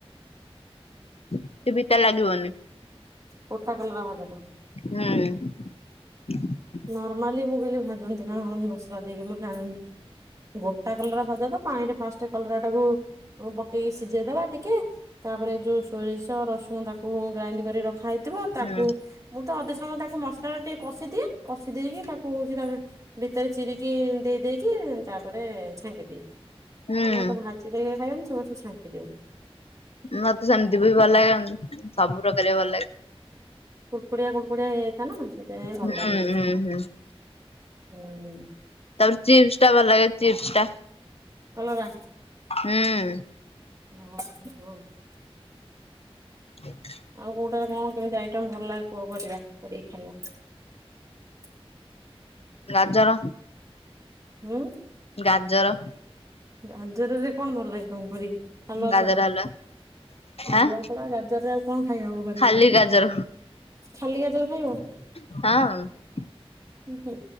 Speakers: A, on the left (about 70°); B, on the right (about 30°).
A: ସେ ପିତା ଲାଗିବନି।
B: ଗୋଟା କଲରା ଭଜାଟା।
A: ହୁଁ।
B: ନର୍ମାଲି ମୁଁ କହିଲି ଭାଜନ୍ତି ନା କଣ ମସଲା ଦେଇକି ମୁଁ ଜାଣିନି? ଗୋଟା କଲରା ଭଜା ତ ପାଣିରେ ଫାଷ୍ଟ କଲରାଟାକୁ ହଁ ପକେଇକି ସିଝେଇ ଦବା ଟିକେ ତାପରେ ଯୋଉ ସୋରିଷ ରସୁଣ ତାକୁ ଗ୍ରାଇଣ୍ଡି କରି ରଖା ହେଇଥିବ ତାକୁ
A: ହୁଁ
B: ମୁଁ ତ ଅଧେ ସମୟ ତାକୁ ମସଲା ଟା ଟିକେ କଷିଦିଏ। କଷି ଦେଇକି ତାକୁ ହୋଉଚି ତା ଭିତରେ ଚିରିକି ଦେଇ ଦେଇକି ତାପରେ ଛାଙ୍କିଦିଏ
A: ହୁଁ।
B: ଆମର ତ ଭାଜିଲେ କେହି ଖାଇବନି ସମସ୍ତେ ଛାଙ୍କିଦେଉ।
A: ମତେ ସେମିତି ବି ଭଲ ଲାଗେ ସବୁ <unintelligible> ଭଲ ଲାଗେ।
B: କୁଡ଼କୁଡିଆ କୁଡକୁଡିଆ ହେଇଯାଇଥାଏ ନା ସେଇଥିପାଇଁ ଭଲ
A: ହୁଁ
B: ଲାଗେ
A: ହୁଁ ହୁଁ
B: ହୁଁ।
A: ତା <unintelligible> ଚିପ୍ସ ଟା ଭଲ ଲାଗେ ଚିପ୍ସ ଟା।
B: କଲରା
A: ହୁଁ।
B: ହଁ <unintelligible>
A: <inaudible>
B: ଆଉ କୋଉଟାର କଣ କେମିତି ଆଇଟମ ଭଲ ଲାଗେ କୁହ କରିବା କରିକି ଖାଇବା।
A: ଗାଜର
B: ହୁଁ
A: ଗାଜର
B: ଗାଜରରେ କଣ ଭଲ ଲାଗେ ତମକୁ କରିକି ହାଲୁଆ
A: ଗାଜର
B: ଛଡା?
A: ହାଲୁଆ
B: ହାଲୁଆ
A: ଆଁ
B: ଛଡା ଗାଜରରେ ଆଉ କଣ ଖାଇ ହବ କରିକି
A: ଖାଲି ଗାଜର
B: ଖାଲି ଗାଜର ଖାଇବ।
A: <unintelligible>
B: ହୁଁ ହୁଁ